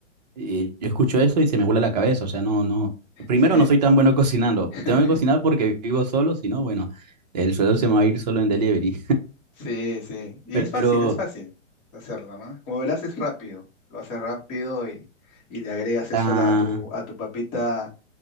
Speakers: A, on the right; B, on the left.
A: eh, yo escucho eso y se me vuela la cabeza. O sea, no, no. Primero,
B: sí,
A: no soy tan bueno <laughs> cocinando.
B: <laughs>
A: Tengo que cocinar porque vivo solo, si no, bueno, el sueldo se me va a ir solo en delivery.
B: sí, sí. Y
A: Pero,
B: es fácil, es fácil hacerlo, ¿no? Como verás, es rápido. Lo haces rápido y, y le agregas eso
A: ah,
B: a, la- a tu, a tu papita